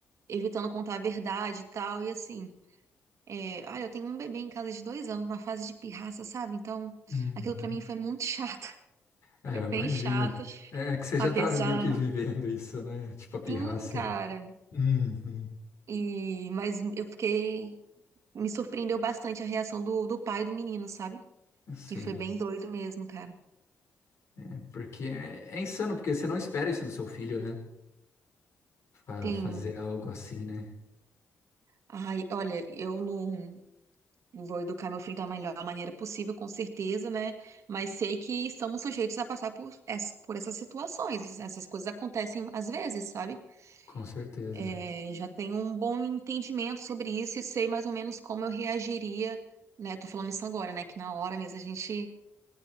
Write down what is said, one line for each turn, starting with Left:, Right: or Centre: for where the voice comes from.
Right: evitando contar a verdade e tal. E assim, é, ah, eu tenho um bebê em casa de dois anos, na fase de pirraça, sabe? Então,
Left: Uhum.
Right: aquilo pra mim foi muito chato. <laughs>
Left: É,
Right: Foi
Left: eu
Right: bem
Left: imagino.
Right: chato.
Left: É é que você
Right: Apesar.
Left: já estava meio que vivendo isso, né? Tipo a pirraça.
Right: Sim, cara.
Left: Uhum.
Right: E, mas eu fiquei. Me surpreendeu bastante a reação do, do pai do menino, sabe?
Left: Sim,
Right: Que foi bem doido mesmo, cara.
Left: é porque é, é insano, porque você não espera isso do seu filho, né? Fa-
Right: Sim.
Left: fazer algo assim, né?
Right: Ai, olha, eu não vou educar meu filho da melhor maneira possível, com certeza, né? Mas sei que estamos sujeitos a passar por, ess- por essas situações. Essas coisas acontecem às vezes, sabe?
Left: Com certeza.
Right: É, já tenho um bom entendimento sobre isso e sei mais ou menos como eu reagiria, né? Tô falando isso agora, né? Que na hora mesmo a gente